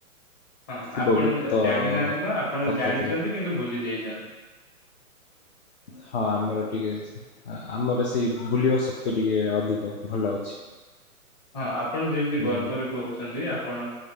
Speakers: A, on the left (about 30°); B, on the left (about 50°).
A: ହଁ
B: ଥିବ
A: ଆପଣ
B: ଗୁପ୍ତ
A: ଜାଣିନାହାନ୍ତି କଣ ଆପଣ
B: କଥା
A: ଜାଣିଚନ୍ତି
B: ଥିବ
A: କିନ୍ତୁ ଭୁଲି ଯାଇଚନ୍ତି।
B: ହଁ ଆମର ଟିକେ ଆମର ସେଇ ବୁଲିବା ଶକ୍ତି ଟିକେ ଅଧିକ ଭଲ ଅଛି।
A: ହଁ ଆପଣ ଯେମ୍ତି ଗର୍ବରେ
B: ବୁଝିଲେ।
A: କହୁଚନ୍ତି ଆପଣ